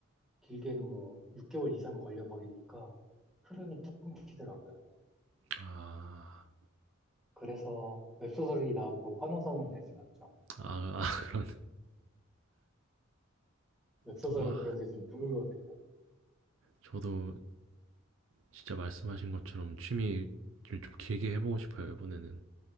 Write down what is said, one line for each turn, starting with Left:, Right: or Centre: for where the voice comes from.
Centre: 길게는 뭐 6개월 이상 걸려버리니까 흐름이 뚝 끊기더라고요.
Right: 아,
Centre: 그래서 웹소설이 나오고 환호성을 내질렀죠.
Right: 아, 아 <laughs> 그런,
Centre: 웹소설은
Right: 또, 와,
Centre: 그런 게 좀 드물거든요.
Right: 저도 진짜 말씀하신 것처럼 취미를 좀 길게 해보고 싶어요, 이번에는.